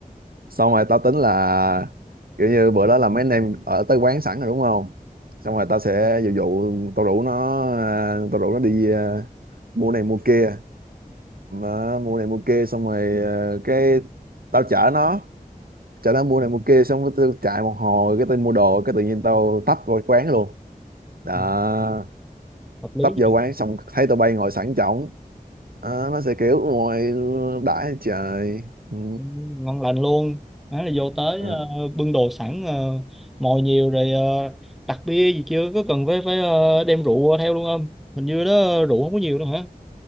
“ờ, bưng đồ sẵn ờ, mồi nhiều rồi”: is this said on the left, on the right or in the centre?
Centre